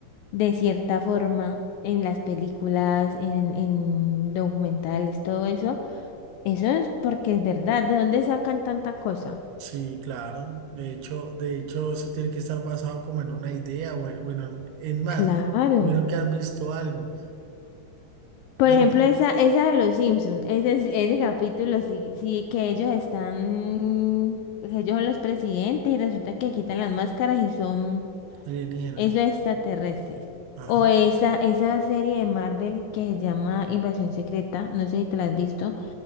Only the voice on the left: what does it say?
de cierta forma en las películas, en, en documentales, todo eso Eso es porque es verdad. ¿De dónde sacan tanta cosa?
Claro.
Por
ejemplo,
esa, esa de los Simpson, ese, es- ese capítulo sí, sí que ellos están, que ellos son los presidentes y resulta que quitan las máscaras y son
esos extraterrestres.
O esa, esa serie de Marvel que se llama Invasión Secreta, no sé si te la has visto,